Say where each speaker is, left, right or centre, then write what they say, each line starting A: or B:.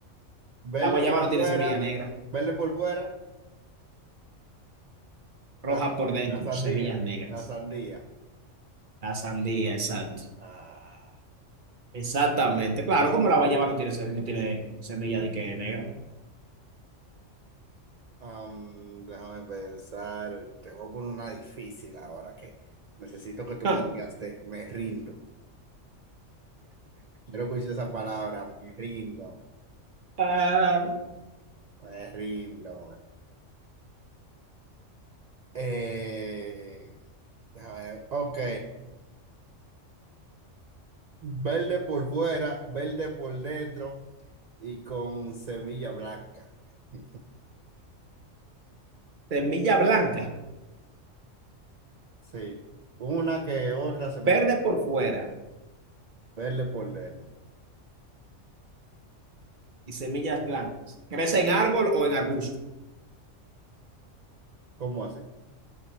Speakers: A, on the right; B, on the right.
A: Verde
B: La guayaba
A: por
B: no tiene
A: fuera,
B: semilla negra,
A: verde por fuera.
B: roja
A: La,
B: por dentro,
A: la sandía,
B: semillas negras.
A: la sandía.
B: La sandía, exacto.
A: Ah,
B: Exactamente. Claro, como la guayaba no tiene, se- no tiene semilla de que negra.
A: am, déjame pensar, te voy a poner una difícil ahora que necesito que tú
B: Ah,
A: me digas, te- me rindo. Quiero escuchar esa palabra, me rindo,
B: ah,
A: me rindo. Eh, déjame ver, ok. Verde por fuera, verde por dentro y con semilla blanca. <laughs>
B: <laughs> semilla blanca,
A: Sí, una que otra semilla
B: verde por fuera
A: verde por dentro.
B: y semillas blancas. ¿Crece en árbol o en arbusto?
A: ¿Cómo así?